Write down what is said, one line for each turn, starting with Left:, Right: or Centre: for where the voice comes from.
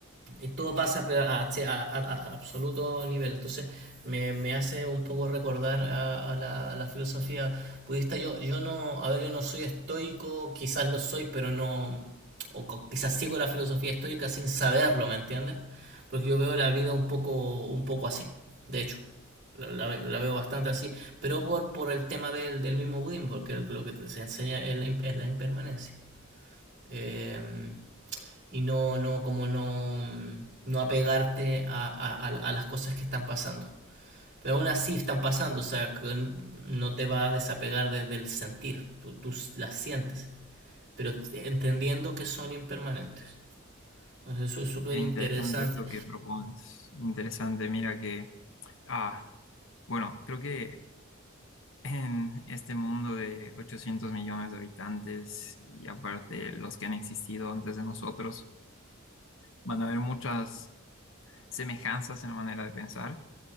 Right: y todo pasa pero a, sí, a- a- a absoluto nivel. Entonces me, me hace un poco recordar a, a la, a la filosofía budista. Yo, yo no, a ver, yo no soy estoico, quizás lo soy, pero no, o co- quizás sigo la filosofía estoica sin saberlo, ¿me entiendes? Porque yo veo la vida un poco, un poco así, de hecho. La, la ve- la veo bastante así, pero por, por el tema del, del mismo budismo, porque lo que te- se enseña es la, im- es la impermanencia. Eh, y no, no, como no, no apegarte a, a- a- a las cosas que están pasando. Pero aún así están pasando, o sea, que n- no te va a desapegar de- del sentir, tú, tú s- las sientes, pero t- entendiendo que son impermanentes. Entonces, eso es súper
Left: Es
Right: interesante.
Left: interesante esto que propones. Interesante, mira que, ah, bueno, creo que en este mundo de 800 millones de habitantes y aparte los que han existido antes de nosotros, van a haber muchas semejanzas en la manera de pensar.